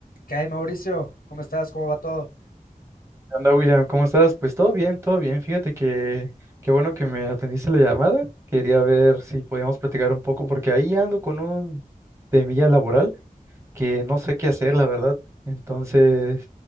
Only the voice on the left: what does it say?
¿Qué hay, Mauricio? ¿Cómo estás? ¿Cómo va todo?